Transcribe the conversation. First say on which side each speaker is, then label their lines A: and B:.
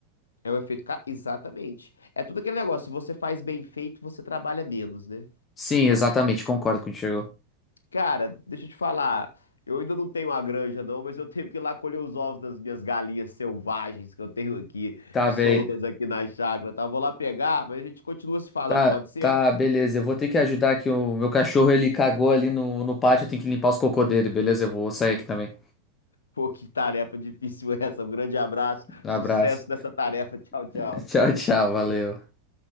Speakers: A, on the left; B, on the left.
A: é um efeito. ca- Exatamente. É tudo aquele negócio, se você faz bem feito, você trabalha menos, né?
B: Sim, exatamente, concordo contigo.
A: Cara, deixa eu te falar. Eu ainda não tenho a granja, não, mas eu tenho que ir lá colher os ovos das minhas galinhas selvagens que eu tenho aqui,
B: Tá
A: soltas
B: bem.
A: aqui na chácara, tá? Eu Vou lá pegar, mas a gente continua se falando,
B: Tá,
A: pode ser?
B: tá, beleza. Eu vou ter que ajudar aqui o meu cachorro, ele cagou ali no, no pátio, eu tenho que limpar os cocô dele, beleza? Eu vou sair aqui também.
A: Pô, que tarefa difícil <laughs> essa. Um grande abraço,
B: Abraço.
A: sucesso nessa tarefa. Tchau, tchau.
B: <laughs> Tchau, tchau, valeu.